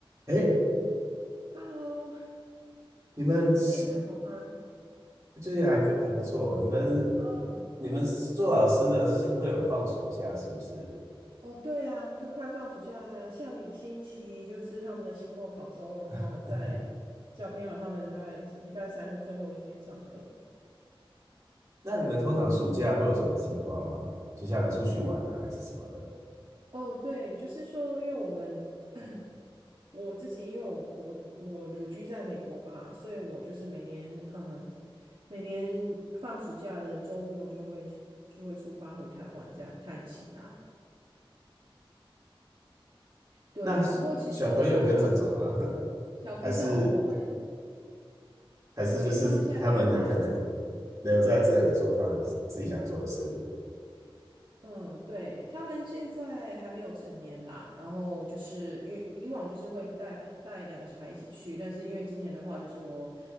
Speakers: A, on the right (about 35°); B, on the right (about 60°).
A: 哎，
B: Hello，
A: 你们是
B: 你最近还好吗？
A: 最近还可还不错哦，你们
B: 嗯，
A: 你们做老师的是会有放暑假是不是？
B: 哦，对啊，就快放暑假，下个星期就是他们的期末考周，然后在小朋友他们大概礼拜三就最后一天上课了
A: <laughs> 那你们通常暑假会有什么计划吗？就像出去玩啊，还是什么的？
B: 哦，对，就是说，因为我们 <coughs> <clears throat> 我自己，因为我我我旅居在美国吧，所以我就是每年嗯，每年放暑假的周末就会就会出发回台湾这样探亲啦。对啊，
A: 那小朋友也跟着走吗？
B: 不过其实我反
A: <laughs>
B: 小朋友我会。
A: 还是还是就是他们的可能
B: 对，他们现在比较大了。
A: 留在这里做他们自己想做的事？
B: 嗯，对，他们现在还没有成年啦，然后就是因为以往就是会带带两个小孩一起去，但是因为今年的话，就是我